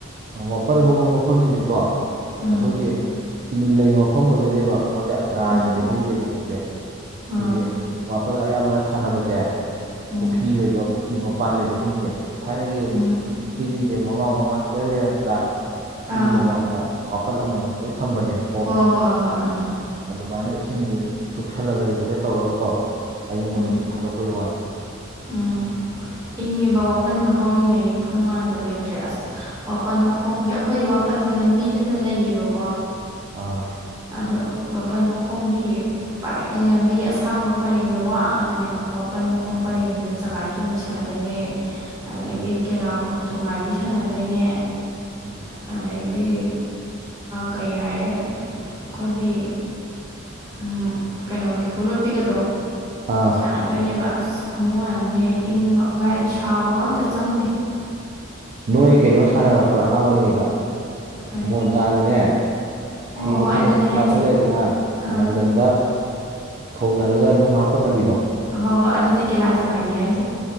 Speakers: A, on the right (about 35°); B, on the right (about 15°).
A: ꯋꯥꯄꯜ ꯍꯧꯕ ꯃꯐꯝꯁꯤꯁꯨ ꯀꯣ
B: ꯎꯝ
A: ꯑꯩꯈꯣꯏꯒꯤ ꯏꯅꯤꯜ ꯂꯩꯕ ꯃꯐꯝ ꯑꯣꯏꯗꯣꯏꯅꯦꯕ ꯃꯣꯏꯗꯤ ꯑꯗ꯭ꯔꯥꯏꯗꯗꯤ
B: ꯎꯝ
A: ꯍꯧꯗꯦꯕ ꯃꯣꯏꯁꯦ ꯑꯩꯈꯣꯏꯒꯤ
B: ꯑꯥ
A: ꯋꯥꯄꯜ ꯑꯌꯥꯝꯕꯅ ꯊꯥꯅꯕꯁꯦ
B: ꯎꯝ
A: ꯄꯨꯈ꯭ꯔꯤ ꯂꯩꯕ ꯄꯨꯈ꯭ꯔꯤ ꯃꯄꯥꯟ ꯂꯩꯕꯁꯤꯡꯁꯦ ꯊꯥꯏꯅꯒꯤ
B: ꯎꯝ
A: ꯄꯨꯀꯤꯁꯤꯡꯁꯦ ꯃꯃꯥꯡ ꯃꯃꯥꯡꯗ ꯂꯣꯏ ꯂꯩꯔꯝꯗ꯭ꯔꯥ
B: ꯑꯥ
A: ꯁꯤꯒꯤ ꯃꯃꯥꯡꯗ
B: ꯑꯥ
A: ꯋꯥꯈꯜ ꯑꯃꯃꯝ ꯂꯣꯏ ꯊꯝꯕꯅꯦꯕ
B: ꯍꯣꯏ ꯍꯣꯏ ꯍꯣꯏ ꯎꯝ
A: ꯑꯗꯨꯃꯥꯏꯅ ꯏꯁꯤꯡ ꯆꯨꯞꯁꯜꯂꯒ ꯔꯤꯒꯨꯂꯦꯠ ꯇꯧꯔꯒꯀꯣ ꯑꯌꯪꯕ
B: ꯎꯝ
A: ꯅꯨꯡꯁꯤꯠ ꯊꯥꯗꯣꯛꯄꯩ ꯋꯥꯅꯤ
B: ꯎꯝ ꯏꯪꯉꯦꯕ ꯋꯥꯄꯟꯒ ꯍꯧꯔꯤꯉꯩꯒꯤ ꯈꯨꯅꯨꯡꯉꯥꯏꯗꯣ ꯂꯩꯇ꯭ꯔꯦ ꯑꯁ ꯋꯥꯄꯟ ꯋꯥꯈꯣꯡꯁꯦ ꯑꯩꯈꯣꯏꯗꯤ ꯋꯥꯄꯜꯁꯦ ꯂꯝꯕꯤꯗꯇ ꯂꯩꯌꯦꯕꯀꯣ
A: ꯑꯥ
B: ꯑꯗꯣ ꯋꯥꯄꯟ ꯃꯈꯣꯡꯒꯤ ꯄꯔꯦꯡ ꯂꯝꯕꯤ ꯑꯁꯥꯡꯕ ꯄꯔꯦꯡꯗ ꯋꯥ ꯉꯥꯛꯇꯅꯦꯕ ꯋꯥꯄꯟ ꯃꯈꯣꯡ ꯄꯔꯦꯡꯗꯨꯗ ꯖꯒꯥꯏ ꯆꯣꯡꯕꯤꯁꯦ ꯁꯥꯟꯅꯗꯣꯏꯅꯦ ꯑꯗꯒꯤ
A: ꯎꯝ
B: ꯀꯦꯂꯥꯄꯣꯟ ꯊꯨꯒꯥꯏꯕꯤ ꯁꯥꯟꯅꯗꯣꯏꯅꯦ
A: ꯎꯝ
B: <unintelligible> ꯍꯥꯏꯗꯤ ꯀꯩ ꯍꯥꯏꯔꯦ ꯑꯩꯈꯣꯏꯒꯤ ꯎꯝ ꯀꯩꯅꯣ ꯀꯩꯀꯣ ꯂꯣꯠꯄꯤꯒꯗꯣ
A: ꯑꯥ
B: ꯀꯥꯟꯅꯗꯣꯏꯅꯦꯕ ꯑꯁ ꯈꯨꯅꯨꯡ ꯑꯣꯏꯔꯕꯝꯅꯦ ꯏꯪꯀ ꯁꯥꯕꯒ ꯑꯝꯇ ꯆꯪꯗꯦ
A: ꯅꯣꯏ ꯀꯩꯅꯣ ꯁꯥꯟꯅꯔꯛꯄ꯭ꯔꯥ ꯑꯉꯥꯡ ꯑꯣꯏꯔꯤꯉꯩꯗ
B: ꯀꯩ
A: ꯃꯣꯟꯖꯥꯅꯅꯦ
B: ꯍꯣꯏ
A: ꯐꯤ ꯃꯇꯨꯝ
B: ꯍꯣꯏ ꯑꯗꯨꯅꯦ
A: ꯃꯇ
B: ꯍꯥꯏꯁꯦ
A: ꯇꯥꯁꯜꯂꯛꯦꯗꯅ
B: ꯑꯥ
A: ꯅꯪꯒꯟꯗ ꯊꯣꯡꯅꯔꯒ ꯅꯨꯡ ꯍꯥꯞꯀꯠꯅꯕꯤꯗꯣ
B: ꯍꯣꯏ ꯍꯣꯏ ꯑꯗꯨ ꯅ ꯀꯦꯂꯥ ꯊꯨꯒꯥꯏꯕꯤꯌ ꯍꯥꯏꯁꯦ